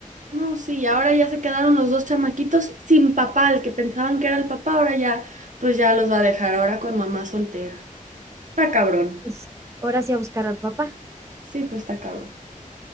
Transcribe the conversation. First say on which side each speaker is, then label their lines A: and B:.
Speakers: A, on the right; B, on the right.
A: No, sí, y ahora ya se quedaron los dos chamaquitos sin papá, el que pensaban que era el papá, ahora ya, pues ya los va a dejar ahora con mamá soltera. Está cabrón.
B: Pues, ahora sí a buscar al papá.
A: Sí, pues está cabrón.